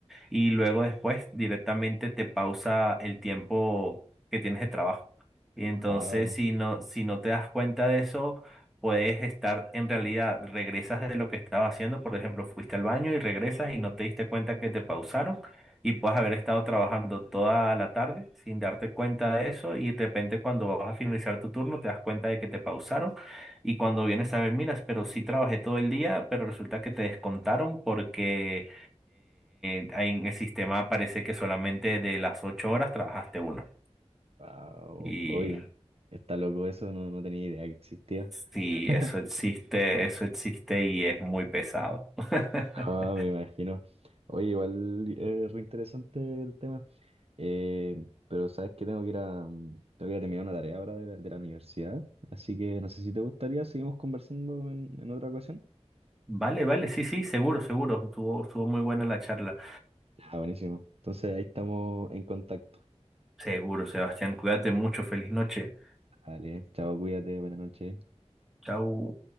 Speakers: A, in the centre; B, on the right (about 60°).
A: y luego después directamente te pausa el tiempo que tienes de trabajo. Y entonces
B: wow,
A: si no, si no te das cuenta de eso, puedes estar en realidad, regresas de lo que estabas haciendo, por ejemplo, fuiste al baño y regresas y no te diste cuenta que te pausaron y puedes haber estado trabajando toda la tarde sin darte cuenta de eso y de repente cuando vas a finalizar tu turno te das cuenta de que te pausaron y cuando vienes a ver, miras, pero sí trabajé todo el día, pero resulta que te descontaron porque eh, eh, ahí en el sistema parece que solamente de las ocho horas trabajaste una.
B: wow,
A: Y
B: hoy está loco eso, no, no tenía idea que existía.
A: sí,
B: <laughs>
A: eso existe, eso existe y es muy pesado. <laughs>
B: Ah, me imagino. Oye, igual eh, re interesante el tema. Eh, pero sabes que tengo que ir a, mm, tengo que ir a terminar una tarea ahora de la, de la universidad. Así que no sé si te gustaría, seguimos conversando en, en otra ocasión.
A: Vale, vale, sí, sí, seguro, seguro. Estuvo, estuvo muy buena la charla.
B: Ah, buenísimo. Entonces ahí estamos en contacto.
A: Seguro, Sebastián, cuídate mucho, feliz noche.
B: Vale, chao, cuídate, buenas noches.
A: Chau.